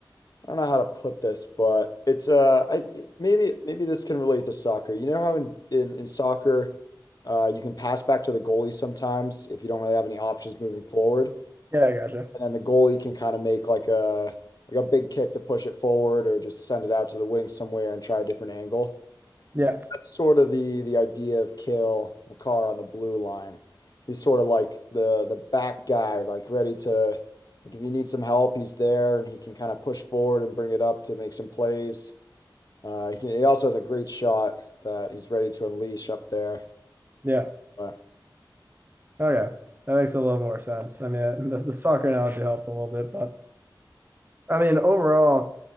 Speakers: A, on the left (about 55°); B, on the right (about 25°).
A: I don't know how to put this, but it's uh I it- maybe maybe this can relate to soccer. You know how in in, in soccer uh you can pass back to the goalie sometimes if you don't really have any options moving forward.
B: Yeah, I gotcha.
A: And then the goalie can kind of make like a like a big kick to push it forward or just send it out to the wing somewhere and try a different angle
B: Yeah.
A: that's sort of the the idea of kill McCarr on the blue line. He's sort of like the the back guy, like ready to like if you need some help, he's there and he can kind of push forward and bring it up to make some plays. Uh, he, can- he also has a great shot that he's ready to unleash up there.
B: Yeah.
A: But
B: Okay. That makes a little more sense. I mean, <laughs> the, the soccer analogy helps a little bit, but I mean, overall,